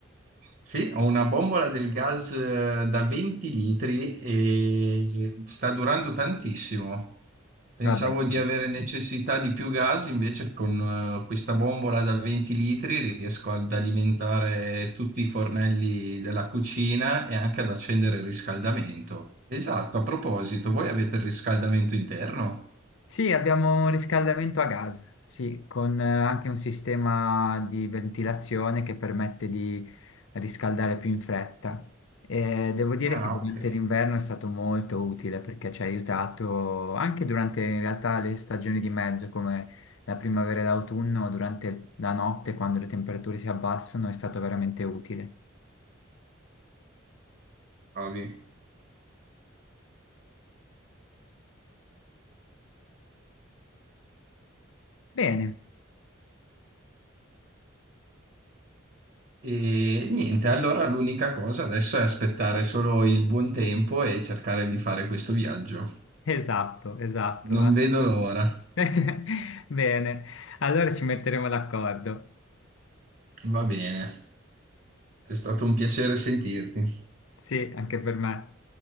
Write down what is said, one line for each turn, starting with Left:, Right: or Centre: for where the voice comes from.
Right: Sì, ho una bombola del gas eh, da 20 litri e sta durando tantissimo. Pensavo
Left: Vabbè, che
Right: di
Left: ne-
Right: avere necessità di più gas, invece con eh, questa bombola da 20 litri riesco ad alimentare tutti i fornelli della cucina e anche ad accendere il riscaldamento. Esatto, a proposito, voi avete il riscaldamento interno?
Left: Sì, abbiamo un riscaldamento a gas, sì, con eh, anche un sistema di ventilazione che permette di riscaldare più in fretta. E devo dire
Right: Ah,
Left: che durante
Right: ok.
Left: l'inverno è stato molto utile perché ci ha aiutato anche durante in realtà le stagioni di mezzo, come la primavera e l'autunno, durante la notte, quando le temperature si abbassano, è stato veramente utile.
Right: Bravi.
Left: Bene,
Right: E niente, allora l'unica cosa adesso è aspettare solo il buon tempo e cercare di fare questo viaggio.
Left: esatto, esatto.
Right: Non vedo l'ora.
Left: <laughs> Bene, allora ci metteremo d'accordo.
Right: Va bene, è stato un piacere sentirti.
Left: Sì, anche per me.